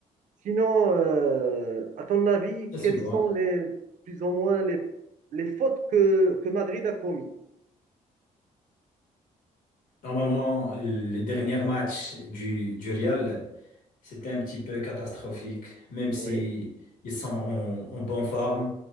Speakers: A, on the right; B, on the left.
A: Sinon, euh, à ton avis,
B: Ça se
A: quelles
B: voit.
A: sont les plus ou moins les, les fautes que, que Madrid a commises?
B: Normalement, les derniers matchs du, du Real, c'était un petit peu catastrophique, même si
A: Oui,
B: ils sont en, en bonne forme.